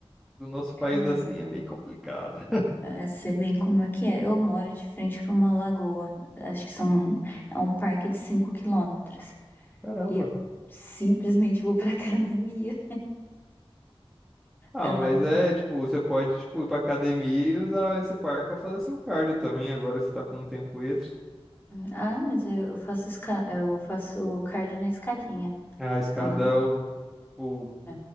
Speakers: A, in the centre; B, on the left (about 20°).
A: do nosso
B: É,
A: país, assim, é meio complicada. <laughs>
B: é, sei bem como é que é. Eu moro de frente para uma lagoa. Acho que são, é um parque de 5 quilômetros.
A: Caramba.
B: E eu simplesmente vou pra <laughs> academia.
A: Ah,
B: Eu não.
A: mas é, tipo, você pode, tipo, ir pra academia e usar esse parque pra fazer seu cardio também, agora você tá com um tempo extra.
B: Ah, mas eu eu faço, esca... eu faço cardio na escadinha.
A: A escada,
B: Ah, não.
A: eu, o...
B: É.